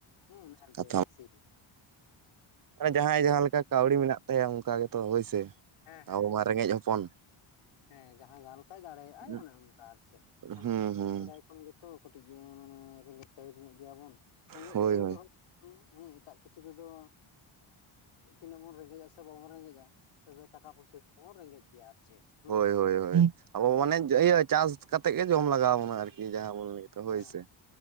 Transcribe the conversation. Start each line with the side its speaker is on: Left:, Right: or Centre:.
Left: ᱦᱮᱸ ᱱᱟᱦᱮᱞ ᱛᱮᱜᱮ
Right: ᱠᱟᱛᱷᱟ
Left: ᱠᱩ ᱥᱤᱭᱟ᱾
Right: ᱡᱟᱦᱟᱸᱭ ᱡᱟᱦᱟᱸ ᱞᱮᱠᱟ ᱠᱟᱹᱣᱰᱤ ᱢᱮᱱᱟᱜ ᱛᱟᱭᱟ ᱚᱱᱠᱟ ᱜᱮᱛᱚ ᱦᱳᱭᱥᱮ
Left: ᱦᱮᱸ ᱦᱮᱸ
Right: ᱟᱵᱚ
Left: ᱦᱮᱸ
Right: ᱢᱟ ᱨᱮᱸᱜᱮᱡ ᱦᱚᱯᱚᱱ᱾
Left: ᱦᱮᱸ ᱡᱟᱦᱟᱸ ᱡᱟᱦᱟᱸ ᱞᱮᱠᱟᱭ ᱫᱟᱲᱮᱭᱟᱜ ᱟᱭ
Right: ᱦᱩᱸ
Left: ᱚᱱᱮ ᱚᱱᱠᱟ ᱟᱨ ᱪᱮᱫ ᱟᱵᱚ
Right: ᱦᱩᱸ
Left: ᱥᱮᱫᱟᱭ ᱠᱷᱚᱱ ᱜᱮ ᱛᱚ ᱠᱟᱹᱴᱤᱡ ᱢᱟᱱᱮ ᱨᱮᱸᱜᱮᱡ ᱴᱟᱭᱤᱯ ᱧᱚᱜ ᱜᱮᱭᱟᱵᱚᱱ ᱨᱮᱸᱜᱮᱡ
Right: ᱦᱳᱭ
Left: ᱴᱟᱭᱤᱯ
Right: ᱦᱳᱭ
Left: ᱫᱚ ᱦᱩᱸ ᱦᱮᱸ ᱮᱴᱟᱜ ᱠᱤᱪᱷᱩ ᱛᱮᱫᱚ ᱛᱤᱱᱟᱹᱜ ᱵᱚᱱ ᱨᱮᱸᱜᱮᱡ ᱟᱥᱮ ᱵᱟᱵᱚᱱ ᱨᱮᱸᱜᱮᱡᱼᱟ᱾ ᱛᱚᱵᱮ ᱴᱟᱠᱟ ᱯᱩᱭᱥᱟ ᱛᱮ ᱫᱚ ᱵᱚᱱ ᱨᱮᱸᱜᱮᱡ ᱜᱮᱭᱟ ᱟᱨ ᱪᱮᱫ᱾ ᱦᱩᱸ
Right: ᱦᱳᱭ ᱦᱳᱭ ᱦᱳᱭ, ᱟᱵᱚ
Left: ᱦᱚᱭᱛᱚ
Right: ᱚᱱᱮ ᱤᱭᱟᱹ ᱪᱟᱥ ᱠᱟᱛᱮᱫ ᱜᱮ ᱡᱚᱢ ᱞᱟᱜᱟᱣ ᱵᱚᱱᱟ ᱟᱨᱠᱤ ᱡᱟᱦᱟᱸ ᱵᱚᱱ ᱞᱟᱹᱭ᱾ ᱫᱚ ᱦᱳᱭ
Left: ᱦᱮᱸ
Right: ᱥᱮ